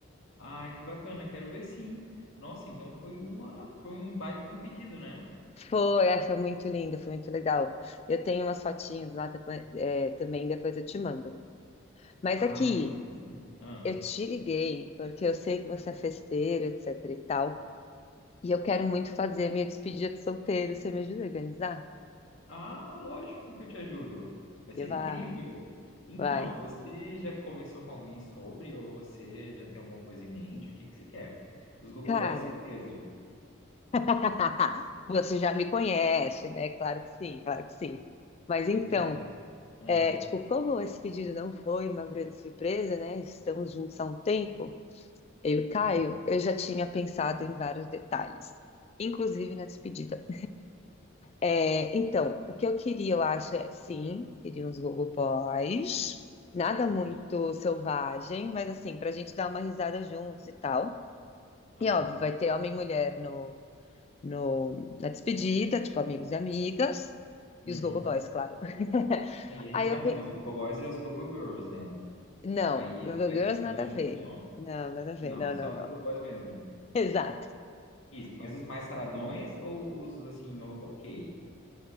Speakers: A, on the left (about 80°); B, on the left (about 30°).
A: Ai, que bacana. Quero ver sim. Nossa, então foi uma, foi um baita de um pedido, né?
B: Foi, é, foi muito lindo, foi muito legal. Eu tenho umas fotinhas lá depois- é, também, depois eu te mando. Mas
A: Ah,
B: aqui.
A: me manda sim. Ah.
B: Eu te liguei porque eu sei que você é festeiro, etc e tal. E eu quero muito fazer minha despedida de solteiro. Você me ajuda a organizar?
A: Ah, lógico que eu te ajudo. Vai ser
B: E
A: incrível.
B: vai,
A: Então,
B: vai.
A: você já conversou com alguém sobre ou você já tem alguma coisa em mente? O que que você quer? Os Gogoboys,
B: Cara,
A: certeza.
B: <laughs> você já me conhece, né? Claro que sim, claro que sim. Mas
A: Pois
B: então,
A: é. Ah,
B: é, tipo, como esse pedido não foi uma grande surpresa, né? Estamos juntos há um tempo, eu e o Caio,
A: ah.
B: eu já tinha pensado em vários detalhes, inclusive na despedida. É, então, o que eu queria, eu acho, é, sim, queria uns Google Boys. Nada
A: Ok.
B: muito selvagem, mas assim, pra gente dar uma risada juntos e tal.
A: Aham.
B: E óbvio, vai ter homem e mulher no, no, na despedida, tipo amigos e amigas.
A: Uhum.
B: E os gogo Boys, claro. <laughs>
A: Aí a gente
B: Aí eu
A: arruma
B: pensei,
A: os Gogo Boys e os Gogo Girls, né?
B: não,
A: Aí
B: gogo
A: ele
B: Girls
A: faz os
B: nada
A: dois
B: a
A: juntos,
B: ver.
A: não?
B: Não, nada a ver,
A: Não,
B: não,
A: só
B: não, não.
A: Gogo Boys
B: <laughs>
A: mesmo.
B: Exato.
A: Isso, mas os mais saradões ou os assim, o- ok?